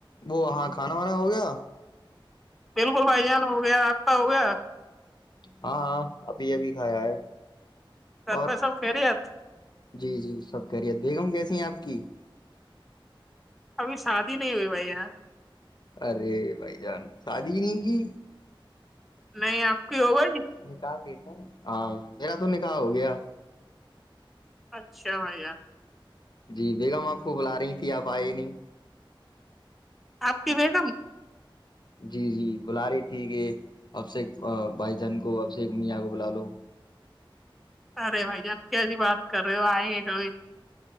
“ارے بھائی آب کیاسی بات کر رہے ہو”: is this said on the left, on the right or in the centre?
Centre